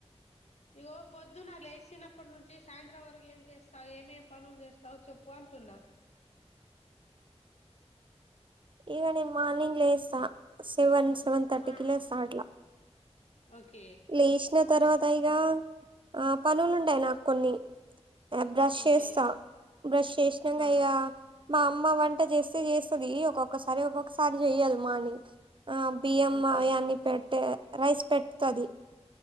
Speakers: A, on the left; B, on the right.
A: ఇగో పొద్దున లేసినప్పటి నుంచి సాయంత్రం వరకు ఏం చేస్తావు ఏమేం పనులు చేస్తావు చెప్పు అం టున్నా
B: ఇగ నేను మార్నింగ్ లేస్త సెవెన్ సెవెన్ థర్టీకిి
A: ఆ
B: లేస్తా అట్లా
A: ఓకే
B: లేశిన తర్వాత యిగా ఆ పనులు ఉంటాయి నాక్ కొన్ని బ్రష్
A: ఓకే
B: చేస్తా బ్రష్ చేసినంక
A: ఆ
B: ఇగ మా అమ్మ వంట చేస్తే చేస్తాది ఒక్కొక్కసారి ఒక్కొక్కసారి చెయ్యదు మార్నింగ్ ఆ బియ్యం
A: ఓకే
B: అయాన్ని పెట్టే రైస్ పెట్తాది